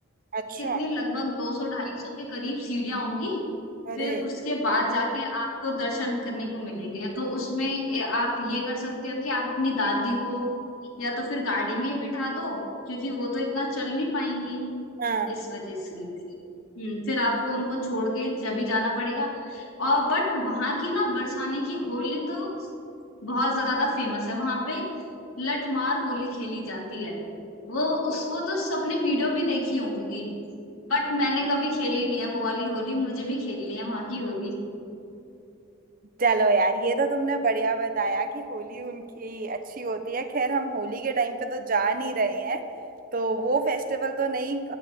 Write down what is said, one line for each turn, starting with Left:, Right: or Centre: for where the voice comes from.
Right: अच्छा
Left: कितनी लगभग दो सौ ढाई सौ के करीब सीढ़ियाँ होंगी
Right: अरे
Left: फिर उसके बाद जाके आपको दर्शन करने को मिलेंगे तो उसमें ए, आप ये कर सकते हो कि आप अपनी दादी को या तो फिर गाड़ी में ही बिठा दो क्योंकि वो तो इतना चल नहीं पाएंगी
Right: हाँ
Left: इस वजह से ठीक। हम्म फिर आपको उनको छोड़ के जब भी जाना पड़ेगा और बट वहां की ना बरसाने की होली तो बहुत ज्यादा फेमस है वहां पे लठमार होली खेली जाती है वो उस वो तो सबने वीडियो भी देखी होंगी बट मैंने कभी खेली नहीं है वो वाली होली मुझे भी खेलनी है वहां की होली
Right: चलो यार ये तो तुमने बढ़िया बताया कि होली उनकी अच्छी होती है खैर हम होली के टाइम पे तो जा नहीं रहे हैं तो वो फेस्टिवल तो नहीं